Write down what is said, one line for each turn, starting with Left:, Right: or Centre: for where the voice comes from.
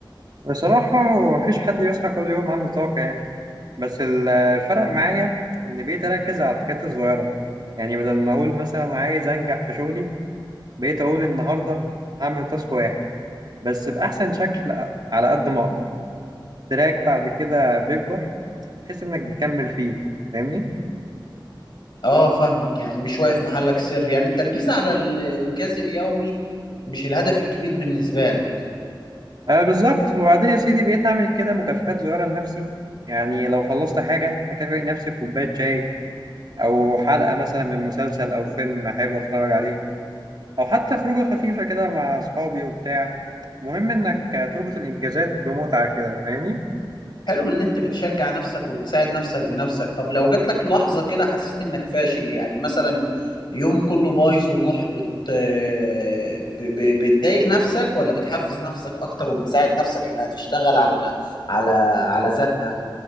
Right: بصراحه هو مفيش حد بيصحى كل يوم عنده طاقه يعني بس الفرق معايا ان بقيت اركز على الحاجات الصغيره يعني بدل ما اقول مثلا عايز انجح في شغلي بقيت اقول النهارده هعمل تاسك واحد بس باحسن شكل على قد ما اقدر تراك بعد كده بيكبر تحس انك بتكمل فيه فاهمني
Left: اه فاهمك يعني مش واقف محلك سر يعني التركيز على الانجاز اليومي مش الهدف الكبير بالنسبة لك
Right: آه بالظبط وبعدين يا سيدي بقيت أعمل كده مكافآت صغيرة لنفسي يعني لو خلصت حاجة أكافئ نفسي بكوباية شاي أو حلقة مثلا من مسلسل أو فيلم حلو أتفرج عليه أو حتى خروجة خفيفة كده مع أصحابي وبتاع مهم إنك آه، تربط الإنجازات بمتعة كده فاهمني؟
Left: حلو ان انت بتشجع نفسك وبتساعد نفسك بنفسك طب لو جات لك لحظة كده حسيت انك فاشل يعني مثلا يوم كله بايظ ومحبط آه، ب- ب- بتضايق نفسك ولا بتحفز نفسك اكتر وبتساعد نفسك انها تشتغل على على على ذاتها